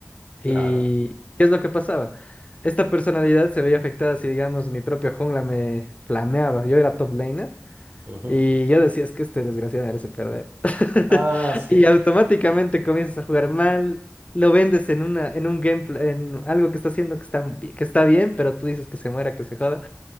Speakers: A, on the right; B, on the left.
A: Claro.
B: ¿Y qué es lo que pasaba? Esta personalidad se veía afectada si, digamos, mi propio jungla me flameaba. Yo era top laner
A: Ujú.
B: Y yo decía es que este desgraciado merece perder. <laughs>
A: Ah, sí.
B: Y automáticamente comienzas a jugar mal, lo vendes en una, en un gameplay, en algo que está haciendo que está, bi- que está bien, pero tú dices que se muera, que se joda.